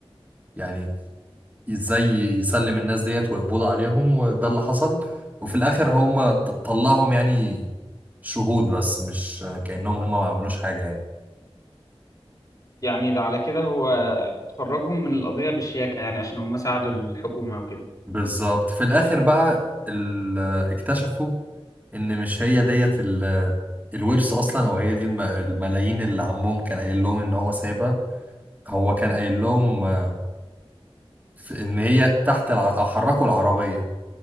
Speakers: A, on the right (about 15°); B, on the left (about 35°).
A: يعني ازاي يسلم الناس ديت ويقبضوا عليهم وده اللي حصل وفي الاخر هم ط- طلعهم يعني شهود بس مش كأنهم هم ما عملوش حاجة يعني
B: يعني ده على كده هو خرجهم من القضية بشياكة يعني عشان هم ساعدوا الحكومة وكده
A: بالظبط في الآخر بقى ال- اكتشفوا إن مش هي ديت ال- الورث أصلا أو هي دي الم- الملايين اللي عمهم كان قايل لهم إن هو سايبها هو كان قايل لهم آه، في- إن هي تحت الع... أو حركوا العربية